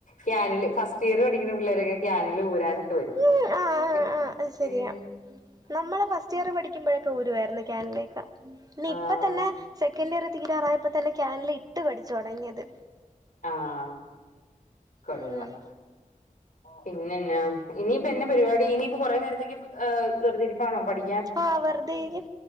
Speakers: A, on the left; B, on the right.
A: ക്യാനിൽ ഫസ്റ്റ് ഇയർ പഠിക്കുന്ന പിള്ളേരൊക്കെ ക്യാനില് ഊരാനൊക്കെ വരും
B: ഉം ആഹ്
A: ഉം
B: ആഹ് അത് ശരിയാ
A: ഉം
B: നമ്മള് ഫസ്റ്റ് ഇയർ പഠിക്കുമ്പോഴക്കെ ഊരുവായിരുന്നു ക്യാനിലൊക്കെ പിന്നെ
A: ആഹ്
B: ഇപ്പ തന്നെ സെക്കൻഡ് ഇയർ തീരാറായപ്പോ തന്നെ ക്യാനില് ഇട്ട് പഠിച്ചു തുടങ്ങിയത്
A: ആഹ് കൊള്ളാം
B: ഉം
A: പിന്നെന്നാ ഇനിയിപ്പൊ എന്ന പരിപാടി ഇനിപ്പോ കൊറേ നേരത്തേക്ക് വെറുതിരിപ്പാണോ പണി
B: ആഹ് വെറുതെ ഇരിക്കും